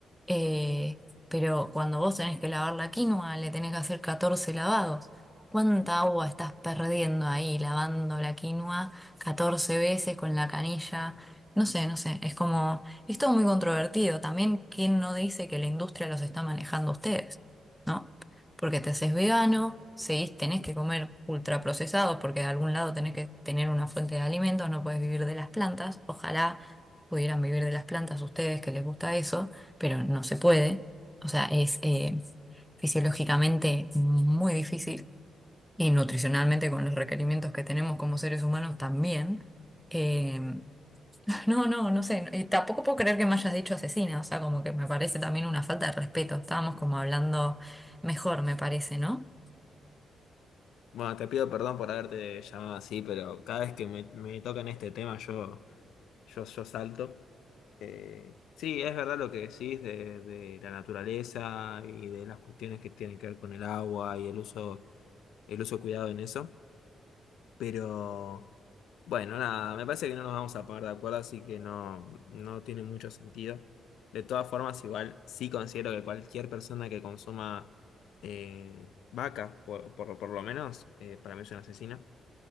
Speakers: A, in the centre; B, on the left (about 75°).
A: eh, pero cuando vos tenés que lavar la quinoa, le tenés que hacer 14 lavados. ¿Cuánta agua estás perdiendo ahí lavando la quinoa 14 veces con la canilla? No sé, no sé, es como, es todo muy controvertido. También, ¿quién no dice que la industria los está manejando a ustedes? ¿no? porque te haces vegano, seguís, tenés que comer ultraprocesados porque de algún lado tenés que tener una fuente de alimentos, no puedes vivir de las plantas. Ojalá pudieran vivir de las plantas ustedes que les gusta eso, pero no se puede. O sea, es eh, fisiológicamente muy difícil y nutricionalmente con los requerimientos que tenemos como seres humanos también. Eh, <laughs> no, no, no sé. Y tampoco puedo creer que me hayas dicho asesina. O sea, como que me parece también una falta de respeto. Estábamos como hablando mejor, me parece, ¿no?
B: Bueno, te pido perdón por haberte llamado así, pero cada vez que me, me tocan este tema yo, yo, yo salto. Eh, sí, es verdad lo que decís de, de la naturaleza y de las cuestiones que tienen que ver con el agua y el uso, el uso cuidado en eso. Pero bueno, nada, me parece que no nos vamos a poner de acuerdo, así que no, no tiene mucho sentido. De todas formas, igual sí considero que cualquier persona que consuma eh, vaca, por, por- por lo menos, eh, para mí es una asesina.